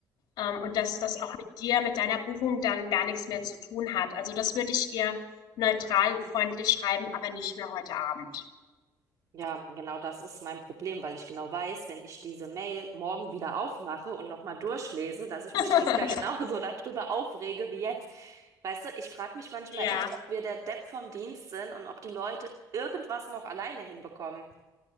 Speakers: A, on the left (about 75°); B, on the right (about 55°).
A: ähm, und dass das auch mit dir, mit deiner Buchung dann gar nichts mehr zu tun hat. Also das würde ich ihr neutral, freundlich schreiben, aber nicht mehr heute Abend.
B: Ja, genau das ist mein Problem, weil ich genau weiß, wenn ich diese Mail morgen wieder aufmache und nochmal durchlese, dass ich
A: <laughs>
B: mich <laughs> dann wieder genauso <laughs> darüber aufrege wie jetzt. Weißt du, ich frage mich manchmal
A: Ja,
B: echt, ob wir der Depp vom Dienst sind und ob die Leute irgendwas noch alleine hinbekommen.